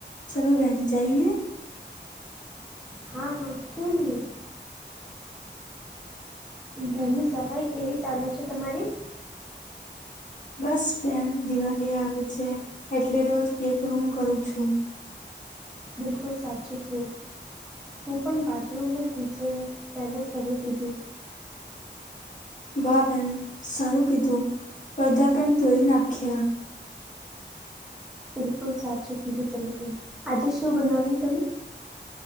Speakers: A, on the left; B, in the centre.
A: ચલો બેન જઈએ
B: હા હા શું નહી ઘરની સફાઈ કેવી ચાલુ છે તમારી.
A: બસ બેન દિવાળી આવે છે એટલે રોજ એક રૂમ કરું છું.
B: બિલકુલ સાચુ કયો હું પણ બાથરૂમમાંં કિચન પહેલે કરી દીધું.
A: વા બેહેન સારું કીધું પડદા પણ ધોઈ નાખ્યા.
B: બિલકુલ સાચું કીધું તમેન આજે શું બનાવ્યું તમે.